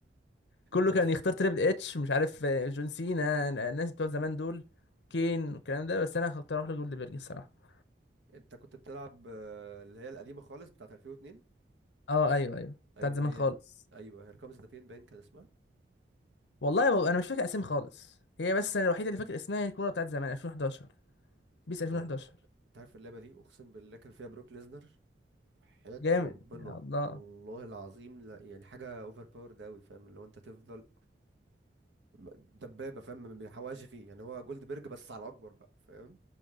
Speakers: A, on the left; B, on the right.
A: كله
B: ده
A: كان
B: س-
A: يختار تريبل اتش مش عارف آه، جون سينا الناس بتوع زمان دول كين والكلام ده بس أنا كنت أروح لجولد بيرج الصراحة
B: انت كنت بتلعب آه، اللي هي القديمه خالص بتاعه 2002
A: أه أيوه أيوه
B: ايوه
A: بتاعت زمان
B: هي
A: خالص
B: دي ايوه هير كامز ذا بين بان كان اسمها
A: والله ب- أنا مش فاكر أسامي خالص هي بس أنا الوحيدة اللي فاكر اسمها الكورة بتاعت زمان 2011 بيس
B: ده
A: 2011
B: انت عارف اللعبه دي اقسم بالله كان فيها بروك ليزنر حياة
A: جامد
B: ربنا
A: يا الله
B: والله العظيم لا يعني حاجة اوفر باور ده قوي فاهم اللي هو انت تفضل دبابة فاهم ما بيحوقش فيه يعني هو جولد بيرج بس على اكبر بقى فاهم